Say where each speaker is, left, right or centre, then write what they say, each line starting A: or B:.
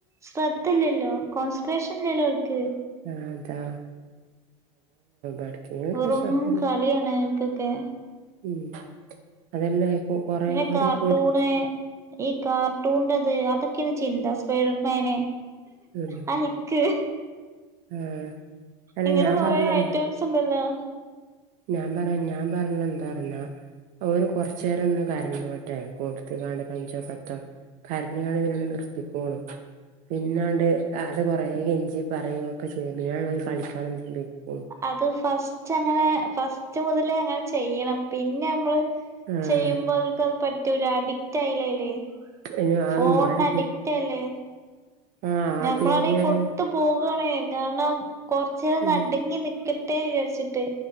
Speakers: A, on the right; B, on the right.
A: ശ്രദ്ധ ഇല്ലല്ലോ കോൺസെട്രേഷൻ ഇല്ലല്ലോ ഓൽക്ക്‌
B: ആ അതാ എവ്ട്ക്കേലൊക്കെ
A: വെറും
B: ശബ്ദം
A: കളിയാണ് കൊക്കെ
B: ഉം അതല്ല ഇപ്പൊ കൊറേ
A: ന്നെ
B: ഒരു
A: കാർട്ടൂണ്
B: കുട്
A: ഈ കാർട്ടൂണന്റെ ത് അതൊക്കേണ് ചിന്ത സ്പൈഡർമാന്
B: ഉം
A: ഹൾക്
B: ആഹ് അല്ല
A: ഇങ്ങനെ
B: ഞാൻ
A: കൊറെ
B: പറഞ്ഞെന്താ
A: ഐറ്റംസ് ണ്ടല്ലോ
B: ഞാൻ പറ ഞാൻ പറഞ്ഞ ന്താന്ന് അറിയോ ഓര് കൊറച്ചേരൊന്ന് കരഞ്ഞോട്ടെ കൊടുത്തുകാണ്ട് കഞ്ചോ സത്തോ കരഞുകൊണ്ട് വിനെ നിർത്തിക്കോളും പിന്നാണ്ട് അത് കൊറ കൊഞ്ചി പറയൊക്കെ ചെയ്യും പിന്ന ങ്ങാണ്ട് ഓല് കളിക്കാനെന്തെങ്കിലും പോയ്
A: അത് ഫസ്റ്റ് അങ്ങനെ ഫസ്റ്റ് മുതലേ അങ്ങനെ ചെയ്യണം പിന്നെ നമ്മള്
B: ആഹ്
A: ചെയ്യുമ്പോ അവൽക്ക് അത് പറ്റൂല അഡിക്റ്റ് ആയില്ലേ അയില്
B: പിന്നെ ആ
A: ഫോൺന്
B: ഇമ്മാര്
A: അഡിക്റ്റ് അല്ലേ
B: ആഹ്
A: ഞമ്മലാണേൽ
B: അതേന്ന്
A: കൊടുത്തു പോകാണേ കാരണം കൊറച്ച നേരം
B: ഉം
A: ആട്ങ്ങി നിക്കട്ട ട്ടേ ചാര്ചിട്ട്